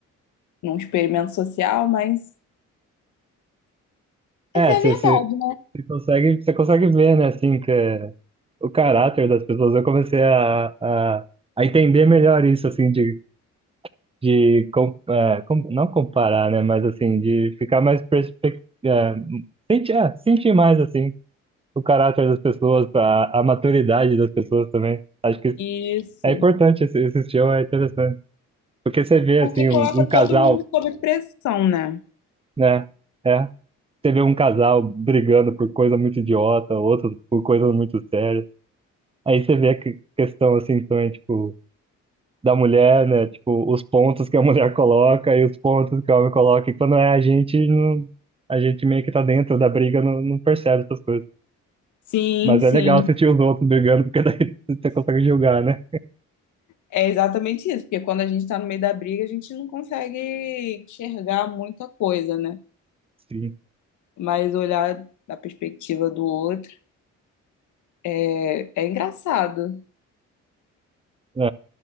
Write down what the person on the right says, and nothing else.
é,
você,
você, você consegue, você consegue ver, né, assim, que é o caráter das pessoas. Eu comecei a, a- a entender melhor isso, assim, de de com- é, com- não comparar, né? Mas assim, de ficar mais perspectiva, sentir, é, sentir mais assim o caráter das pessoas, a, a maturidade das pessoas também. Acho que
é importante esse, esse show, é interessante. Porque você vê
assim um,
um
casal,
né? É, você vê um casal brigando por coisa muito idiota, outro por coisa muito séria. Aí você vê a que- questão assim também, tipo da mulher, né? Tipo, os pontos que a mulher coloca e os pontos que o homem coloca. E quando é a gente, não, a gente meio que tá dentro da briga, não, não percebe essas coisas.
Mas é
legal sentir os outros brigando, porque daí <laughs> você consegue julgar, né?
Sim.
É,